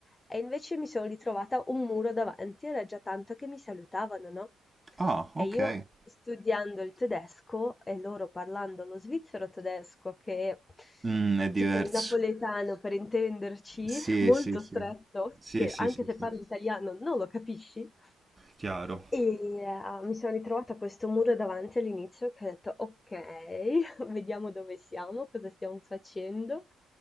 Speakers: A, on the left (about 25°); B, on the right (about 20°).
A: E invece mi sono ritrovata un muro davanti, era già tanto che mi salutavano, no?
B: Ah,
A: E
B: ok.
A: io studiando il tedesco e loro parlando lo svizzero tedesco, che è
B: Mm, è diverso.
A: tipo il napoletano per intenderci,
B: Sì,
A: molto
B: sì, sì.
A: stretto,
B: Sì,
A: che
B: sì,
A: anche
B: sì,
A: se
B: sì.
A: parli italiano non lo capisci.
B: Chiaro.
A: E eh, mi sono ritrovata a questo muro davanti all'inizio che ho detto, ok, <laughs> vediamo dove siamo, cosa stiamo facendo.